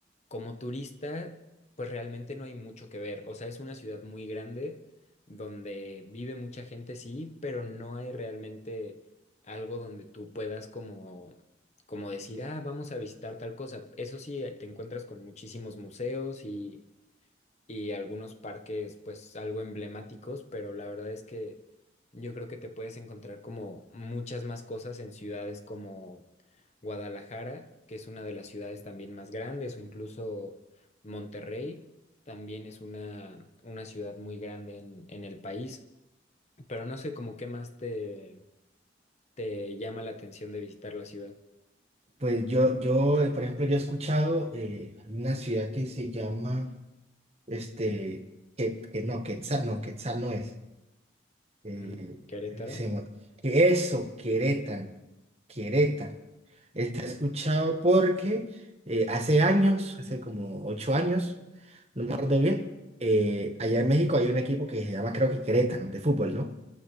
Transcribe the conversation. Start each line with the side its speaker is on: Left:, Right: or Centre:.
Left: como turista, pues realmente no hay mucho que ver. O sea, es una ciudad muy grande donde vive mucha gente, sí, pero no hay realmente algo donde tú puedas como, como decir, ah, vamos a visitar tal cosa. Eso sí, te encuentras con muchísimos museos y y algunos parques pues algo emblemáticos, pero la verdad es que yo creo que te puedes encontrar como muchas más cosas en ciudades como Guadalajara, que es una de las ciudades también más grandes, o incluso Monterrey, también es una, una ciudad muy grande en, en el país, pero no sé como qué más te, te llama la atención de visitar la ciudad.
Right: Pues yo, yo, eh, por ejemplo, yo he escuchado eh, una ciudad que se llama, este, que, que no, Quetzal, no, Quetzal no es. Eh,
Left: Mm, Querétaro.
Right: ¿cómo se llama? Que eso, Querétaro, Querétaro. Es- He escuchado porque eh, hace años, hace como ocho años, no me acuerdo bien, eh, allá en México hay un equipo que se llama, creo que Querétaro, de fútbol, ¿no?